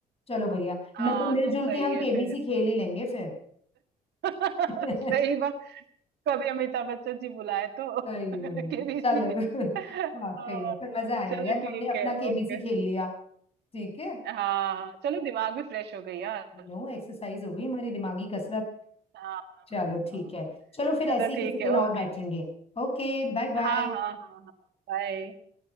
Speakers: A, on the left; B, on the right.
A: चलो भैया
B: हाँ
A: मतलब मिलजुल
B: तो सही
A: के हम केबीसी
B: है फिर
A: खेल ही लेंगे फिर
B: <laughs>
A: <laughs>
B: सही बात कभी अमिताभ बच्चन जी बुलाए तो
A: सही
B: <laughs>
A: में
B: केबीसी
A: चलो
B: में
A: <laughs>
B: हाँ,
A: वाकई में पर मजा आया
B: चलो
A: यार
B: ठीक
A: हमने अपना
B: है
A: केबीसी
B: ओके
A: खेल लिया ठीक है
B: हाँ हाँ चलो दिमाग भी फ्रेश हो गई यार
A: नो एक्सरसाइज हो गई हमारी दिमागी कसरत
B: हाँ
A: चलो ठीक
B: हाँ
A: है चलो फिर ऐसे
B: चलो
A: ही किसी
B: ठीक
A: दिन
B: है
A: और
B: ओके
A: बैठेंगे Okay bye bye
B: हाँ हाँ हाँ हाँ बाय